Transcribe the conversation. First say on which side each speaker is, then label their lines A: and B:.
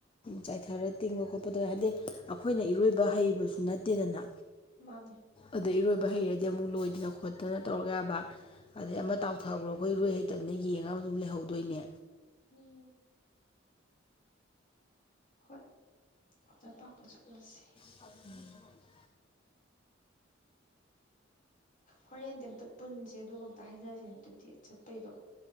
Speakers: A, on the left; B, on the left.
A: ꯆꯥꯏꯊꯔ ꯇꯤꯡꯕ ꯈꯣꯠꯄꯗ ꯍꯥꯏꯗꯤ ꯑꯩꯈꯣꯏꯅ ꯏꯔꯣꯏꯕ ꯍꯩꯕꯁꯨ ꯅꯠꯇꯦꯗꯅ
B: ꯃꯥꯟꯅꯦ
A: ꯑꯗꫭ ꯏꯔꯣꯏꯕ ꯍꯩꯔꯗꯤ ꯑꯃꯨꯛ ꯂꯣꯏꯗꯅ ꯈꯣꯠꯇꯅ ꯇꯧꯔꯛ ꯌꯥꯕ ꯑꯗꯩ ꯑꯃ ꯇꯥꯎꯊꯒꯔꯣꯑꯩꯈꯣꯏ ꯔꯣꯏ ꯍꯩꯇꯝꯅꯤꯅ ꯌꯦꯡꯉ ꯑꯗꯨꯝ ꯂꯩꯍꯧꯗꯣꯏꯅꯤ
B: ꯎꯝ ꯍꯣꯏ ꯋꯥꯇꯔ ꯄꯥꯛꯇ ꯆꯠꯂꯥꯁꯦ
A: <unintelligible>
B: ꯍꯣꯔꯦꯟꯗꯤ ꯑꯝꯇ ꯄꯨꯟꯁꯦ ꯑꯗꯨꯒ ꯑꯝꯇ ꯍꯥꯏꯅꯔꯁꯦ ꯑꯗꯨꯗꯤ ꯆꯠꯄꯩꯗꯣ